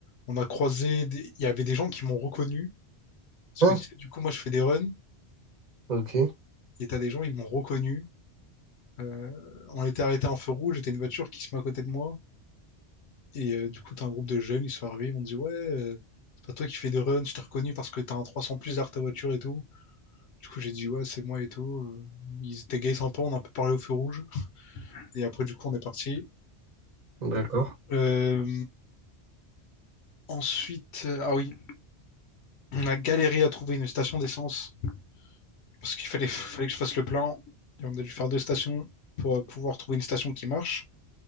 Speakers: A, on the left; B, on the right.
A: on a croisé. des- Il y avait des gens qui m'ont reconnu Parce
B: Hein
A: que tu sais, du coup, moi, je fais des runs
B: Ok,
A: et t'as des gens, ils m'ont reconnu. Euh, on était arrêté en feu rouge, j'étais une voiture qui se met à côté de moi. Et euh, du coup, t'as un groupe de jeunes, ils sont arrivés, ils m'ont dit, ouais, euh, c'est pas toi qui fais des runs, je t'ai reconnu parce que t'as un 300 plus derrière ta voiture et tout. Du coup, j'ai dit, ouais, c'est moi et tout. Euh, Ils étaient gays sympas, on a un peu parlé au feu rouge. Et après, du coup, on est parti.
B: d'accord.
A: Euh, ensuite, euh, ah oui, on a galéré à trouver une station d'essence parce qu'il fallait, fallait que je fasse le plein. Et on a dû faire deux stations pour euh, pouvoir trouver une station qui marche.